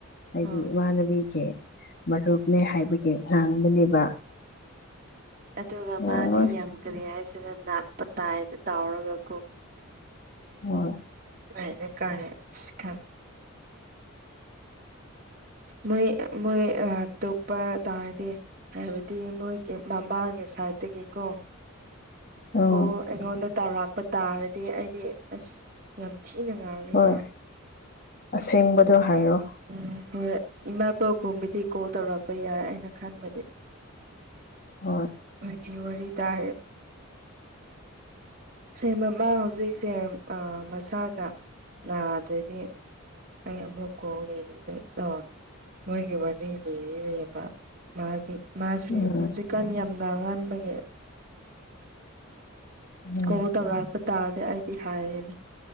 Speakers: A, on the left; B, on the right.
A: ꯍꯥꯏꯗꯤ
B: ꯍꯣꯏ
A: ꯏꯃꯥꯟꯅꯕꯤꯒꯤ ꯃꯔꯨꯞꯅꯦ ꯍꯥꯏꯕꯒꯤ ꯉꯥꯡꯕꯅꯦꯕ
B: ꯑꯗꯨꯒ
A: ꯉꯥꯡꯉꯣꯏ
B: ꯃꯥꯗꯤ ꯌꯥꯝ ꯀꯔꯤ ꯍꯥꯏꯁꯤꯅ ꯅꯥꯛꯄ ꯇꯥꯏꯕ ꯇꯥꯎꯔꯒꯀꯣ
A: ꯍꯣꯏ
B: ꯃꯅꯦ ꯀꯔ ꯊꯝ
A: ꯎ
B: ꯃꯣꯏ ꯃꯣꯏ ꯇꯣꯛꯄ ꯇꯥꯔꯗꯤ ꯍꯥꯏꯕꯗꯤ ꯃꯣꯏꯒꯤ ꯃꯃꯥꯒꯤ ꯁꯥꯏꯗ ꯦꯀꯣ
A: ꯑꯥ
B: ꯀ ꯑꯩꯉꯣꯟꯗ ꯆꯥꯎꯧꯔꯥꯛꯄ ꯇꯥꯔꯗꯤ ꯑꯩꯗꯤ ꯑꯁ ꯌꯥꯝ ꯊꯤꯅꯉꯥꯡ ꯑꯅꯤ
A: ꯍꯣꯏ
B: ꯃꯥ
A: ꯑꯁꯦꯡꯕꯗꯣ ꯍꯥꯏꯔꯣ
B: ꯎꯝ ꯍꯣꯏ ꯏꯃꯥ ꯄꯣꯛꯒꯨꯝꯕꯗꯤ ꯀꯣꯜ ꯇꯧꯔꯛꯄ ꯌꯥꯏ ꯑꯩꯅ ꯈꯟꯕꯗꯤ
A: ꯑ
B: ꯈ ꯋꯥꯔꯤꯔꯤ ꯇꯥꯏ ꯁꯦꯃꯃ ꯍꯧꯖꯤꯛꯁꯦ ꯃꯁꯥꯒ ꯅꯥꯗ꯭ꯔꯗꯤ ꯑꯩ ꯑꯃꯨꯛ ꯀꯣꯡꯕꯤꯕꯩ ꯃꯣꯏꯒꯤ ꯋꯥꯔꯤ ꯂꯤꯕ ꯃꯥꯗꯤ ꯃꯥꯁꯤ
A: ꯎꯝ
B: ꯍꯧꯖꯤꯛꯀꯥꯟ ꯌꯥꯝ ꯉꯟꯥꯟꯕꯒꯤ
A: ꯎꯝ
B: ꯀꯣ ꯇꯧ ꯂꯥꯛꯄ ꯇꯥꯔꯦ ꯑꯩꯗꯤ ꯍꯥꯏꯒꯅꯤ